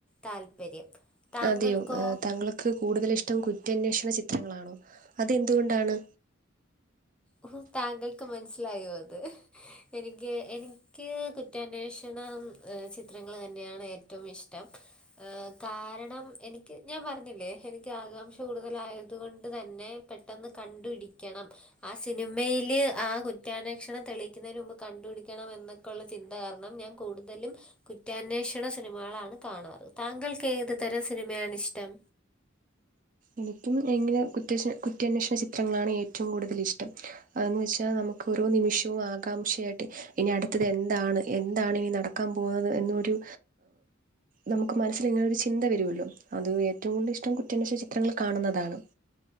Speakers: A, in the centre; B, on the right (about 40°).
A: താല്പര്യം. താങ്കൾക്കോ
B: അതെയോ, താങ്കൾക്ക് കൂടുതൽ ഇഷ്ടം കുറ്റന്വേഷണ ചിത്രങ്ങളാണോ? അതെന്തുകൊണ്ടാണ്?
A: ഓഹ് താങ്കൾക്ക് മനസ്സിലായോ അത്. എനിക്ക് എനിക്ക് കുറ്റാന്വേഷണം ചിത്രങ്ങൾ തന്നെയാണ് ഏറ്റവും ഇഷ്ടം. ഏഹ് കാരണം എനിക്ക് ഞാൻ പറഞ്ഞില്ലേ, എനിക്ക് ആകാംക്ഷ കൂടുതലായത് കൊണ്ട് തന്നെ പെ പെട്ടെന്ന് കണ്ട് പിടിക്കണം. ആഹ് സിനിമയില് ആ കുറ്റാന്വേഷണം തെളിയിക്കുന്നതിന് മുമ്പ് കണ്ടുപിടിക്കണം എന്നൊ ക്കുള്ള ചിന്ത കാരണം ഞാൻ കൂടുതലും കുറ്റാന്വേഷണ സിനിമകളാണ് കാണാർ. താങ്കൾക്ക് ഏതു തരം സിനിമയാണിഷ്ടം.
B: എനിക്കും എങ്ങനെ കുറ്റഷ കുറ്റന്വേഷണ ചിത്രങ്ങളാണ് ഏറ്റവും കൂടുതൽ ഇഷ്ടം. അതന്ന് വെച്ചാ നമുക്ക് ഓരോ നിമിഷവും ആകാംക്ഷയായിട്ട് ഇനി അടുത്തത് എന്താണ് എന്താണ് ഇനി നട ക്കാൻ പോകുന്നത് എന്നൊരു നമുക്ക് മനസ്സിൽ ഇങ്ങനൊരു ചിന്ത വരുല്ലോ, അത് ഏറ്റവും കൂടുതൽ ഇഷ്ടം കുറ്റന്വേഷണ ചിത്രങ്ങൾ കാണുന്നതാണ്.